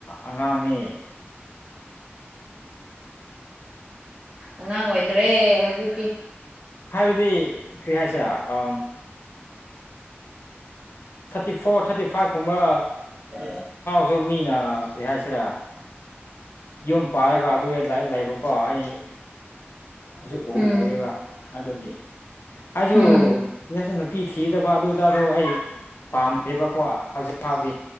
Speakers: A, on the left (about 65°); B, on the right (about 30°).
A: ꯑꯉꯥꯡꯅꯤ
B: ꯑꯉꯥꯡ ꯑꯣꯏꯗ꯭ꯔꯦ ꯍꯧꯖꯤꯛꯇꯤ
A: ꯍꯥꯏꯕꯗꯤ ꯀ꯭ꯔꯤꯌꯥꯁꯤꯔ ꯑ ꯊꯥꯔꯇꯤ ꯐꯣꯔ ꯊꯥꯔꯇꯤ ꯐꯥꯏꯚꯀꯨꯝꯕ
B: ꯎꯝ
A: ꯁꯣ ꯃꯤꯅ ꯀꯩ ꯍꯥꯏꯁꯤꯔꯥ ꯌꯨꯝ ꯄꯥꯔꯒ ꯑꯗꯨ ꯂꯩꯕꯀꯣ ꯑꯩ ꯑꯗꯨ ꯎ
B: ꯎꯝ
A: ꯎꯑꯦꯕ ꯑꯗꯨꯒꯤ ꯑꯩꯁꯨꯁꯨ
B: ꯎꯝ
A: ꯅꯨꯄꯤ ꯊꯤꯗꯕ ꯑꯗꯨꯗꯁꯨ ꯑꯩ ꯄꯥꯝꯗꯦꯕꯀꯣ ꯍꯧꯖꯤꯛ ꯐꯥꯎꯗꯤ